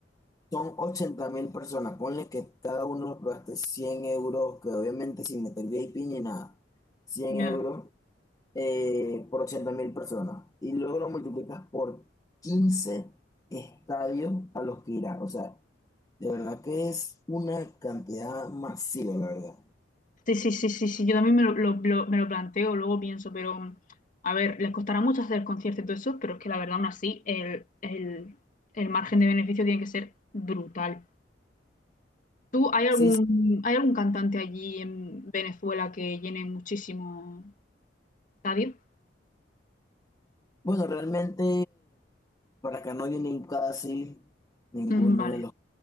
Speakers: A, on the left (about 20°); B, on the left (about 45°).
A: son ochenta mil personas, ponle que cada uno gaste 100 euros, que obviamente sin meter VIP ni nada, cien
B: ya.
A: euros eh, por ochenta mil personas. Y luego lo multiplicas por 15 estadios a los que irá. O sea, de verdad que es una cantidad masiva, la verdad.
B: Sí, sí, sí, sí, sí, yo también me lo, lo- lo- me lo planteo, luego pienso, pero mm, a ver, les costará mucho hacer el concierto y todo eso, pero es que la verdad, aún así, el, el- el margen de beneficio tiene que ser brutal. ¿Tú, hay algún,
A: Sí, sí.
B: hay algún cantante allí en Venezuela que llene muchísimo estadio?
A: Bueno, realmente para acá no vienen casi ninguno
B: Mm, vale,
A: de los